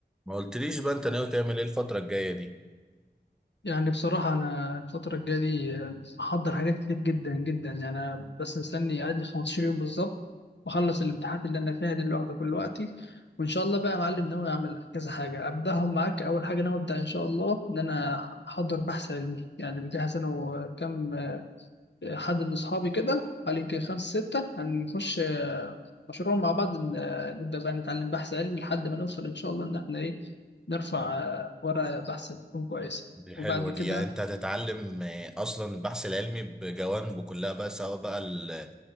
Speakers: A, in the centre; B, on the left.
A: ما قلتليش بقى انت ناوي تعمل ايه الفترة الجاية دي
B: يعني بصراحة أنا الفترة الجاية دي محضر حاجات كتير جدا جدا يعني أنا بس مستني قاعد لي 15 يوم بالظبط وأخلص الامتحانات اللي أنا فيها دي اللي واخدة كل وقتي وإن شاء الله بقى يا معلم ناوي أعمل كذا حاجة أبدأهم معاك أول حاجة ناوي أبدأ إن شاء الله إن أنا أحضر بحث علمي يعني مجهز أنا وكم حد من أصحابي كده قال يمكن خمسة ستة هنخش مشروع مع بعض إن- نبدأ بقى نتعلم بحث علمي لحد ما نوصل إن شاء الله إن إحنا إيه نرفع ورقة بحث تكون كويسة
A: دي
B: وبعد
A: حلوة
B: كده
A: دي يعني انت هتتعلم آه، اصلا البحث العلمي بجوانبه كلها بقى سواء بقى ال-